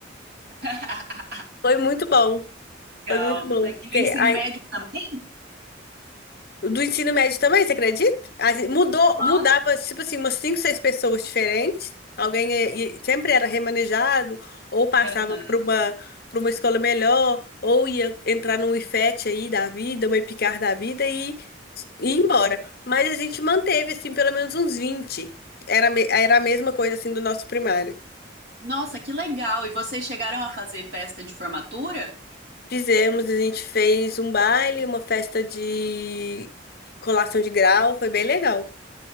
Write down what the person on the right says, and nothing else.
<laughs>
legal,
que legal.
E o ensino
médio também.
Nossa.
Aham.
Nossa, que legal. E vocês chegaram a fazer festa de formatura?